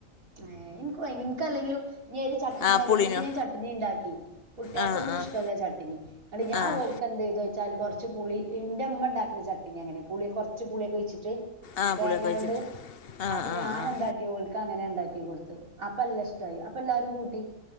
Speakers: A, on the right; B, on the left.
A: ഏഹ് എനിക്ക് എനിക്കല്ലെങ്കിലും ഇനിയൊര് ചട്നി
B: ആഹ്
A: അല്ലെന്ന്
B: പുളിനോ
A: പിന്നെ ഞാൻ ചട്നി ണ്ടാക്കി കുട്ടിയാക്കൊന്നും
B: ആഹ് ആഹ്
A: ഇഷ്ടല്ല ചട്നി ന്നട്ട് ഞാൻ
B: ആഹ്
A: ഓൽക്ക് എന്തെയ്ത്ച് ച്ചാല് കൊറച്ച് പുളി ഇന്റെ മ്മ ണ്ടാക്ക്ണ ചട്നി അങ്ങനെ പുളി കൊറച്ച് പുളിയൊക്കെ ഒഴിച്ചിട്ട്
B: ആഹ്
A: തേങ്ങായവ്ണ്ട്
B: പുളിയൊക്കെ ഒഴിച്ചിട്ട് ആഹ്
A: അപ്പൊ
B: ആഹ്
A: ഞാൻ
B: ആഹ്
A: എന്താട്ട് ട്ടി ഓൽക്കങ്ങനെണ്ടാക്കി കൊടുത്തു അപ്പല്ലഷ്ടായി അപ്പല്ലാരും കൂട്ടി